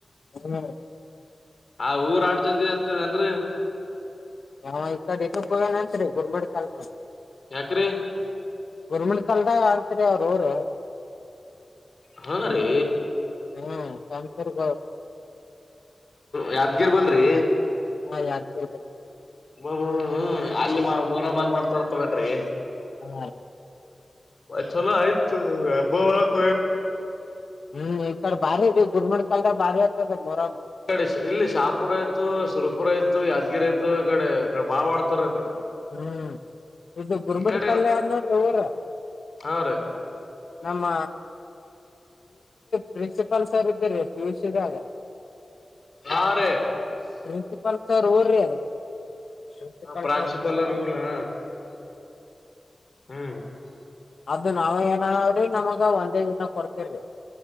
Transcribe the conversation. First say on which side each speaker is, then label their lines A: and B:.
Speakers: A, on the left; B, on the left.
A: ಹ್ಮ
B: ಆ ಊರ್ ಆಡ್ ಜಲ್ದಿ ಹತದನ್ರರಿ
A: ಹ ಇಡೆಟ ಪ ನಂತರ ಗುರ್ಮಡ್ ಕಲ್ಸ
B: ಯಾಕ್ರಿ
A: ಗೌರ್ಮೆಂಟ್ ಕಲ್ದ ಹ ಯಾರ ಅವರ
B: ಹಾ ರೇ
A: ಹಾ ಕಂಂತರ್
B: ಯ ಹಗಿರ್ಬಲ್ರಿ
A: ಹಾ ಯಾದಗಿರಿ
B: ಬಬ ಹ್ಮ ಆಲ್ಲಿ ಮೂರ ಮಾಲ್ ಮಾಡ್ತಾರ ತೊಗೊಂಡ್ರಿ
A: ಹಾ
B: ಆ್ ಚಲ ಆಯ್ತ ಅಬ್ಬವಳ ಕ
A: ಹ್ಮ್ ಈ ಕಡೆ ಬಾರಿ ಗುರ್ಮಂಡ ಕಾಲಲ್ದ ಭಾರಿ ಆತದ ಮರ
B: ಕಡೆ ಇಲ್ಲಿ ಶಾಪುರ ಆಯ್ು ಸುರಪುರ ಆಯತು ಯಾದಗಿರಿ ಆಯ್ು ಈ ಕಡೆ ಬಾಳ್ ಮಾಡ್ತಾರ
A: ಹ್ಮ್ ಇದು ಗುರ್ಬಡ್
B: ಈ ಕಡೆ
A: ಕಲ್ಯಾಣ ಇವರ
B: ಹಾ ರೀ
A: ನಮ್ಮ ಪ್ರಿನ್ಸಿಪಾಲ್ ಸರ್ ಇದ್ದರಿ ಟ್ಯೂಷ ಇದಗಾಗ
B: ಆರು
A: ಪ್ರಿನ್ಸಿಪಾಲ್ ಸರ್ ೋರ್ರಿ ಶ ಪಡ್ಕ
B: ಪ್ರಾಂಶುಪಾಲರು ಹ್ಮ್
A: ಅದು ನಾವ ಏನ್ರಿ ನಮಗ ಒಂದೇ ದಿನ ಕೊಡ್ತಿರಿ